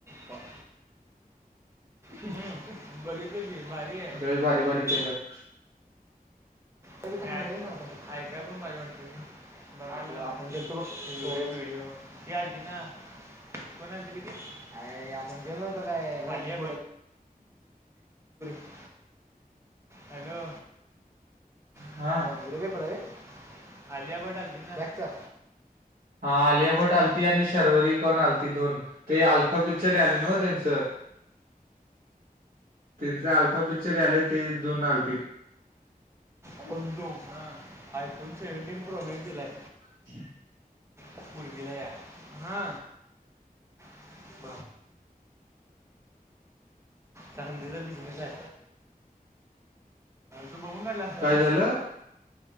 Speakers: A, on the right; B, on the right.
A: त्यात. ह बघितलं की. भारी आहे
B: ग भारी भारी केल्यात.
A: आहे ना ऐकाय पण भारी वाटतंय. आपण गेलतो बघ. व्हिडिओ ती आलती ना! कोण आलती ती? कि आपण गेलो नव्हतो काय? <unintelligible> हॅलो
B: हा.
A: हां आलिया भट आली. ना बॅगचा
B: हा आलियाभट
A: हम्म
B: आलती आणि शर्वरी कोणाल ते दोन ते अल्फा पिक्चर यालय नव्ह त्यांचं. त्यांच आल्फा पिक्चर यालंय ते दोन आलतीत.
A: आमुलभाऊ. हा. आयफोन सेवेंटिन प्रो मॅक्स दिलाय.
B: <unintelligible>
A: पोरगीला या. हा. <inaudible> चांदीचा बिझनेस हाय. तू बघून काढलास व्हय.
B: काय झालं